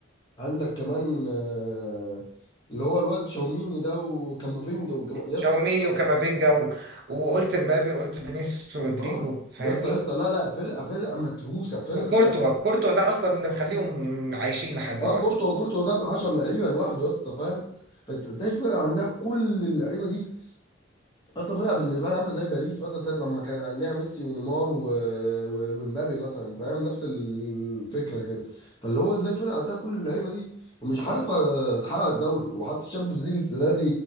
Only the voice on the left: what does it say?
عندك كمان آه، اللي هو الواد شاوميني ده وكامافينجا وجما يا
اسطى
اه
يا اسطى يا اسطى لا لا فرقه فرقه متروسه فرقه
اه كورتوا كورتوا ده ب 10 لعيبه لوحده يا اسطى فاهم فانت ازاي فرقه عندها كل اللعيبه دي اصلا فرقه بالنسبه لها عامله زي باريس مثلا ساعه لما كان عندها ميسي ونيمار و... و... ومبابي مثلا فاهم نفس الفكره كده فاللي هو ازاي فرقه عندها كل اللعيبه دي ومش عارفه تحقق الدوري وحتى الشامبيونز ليج السنه دي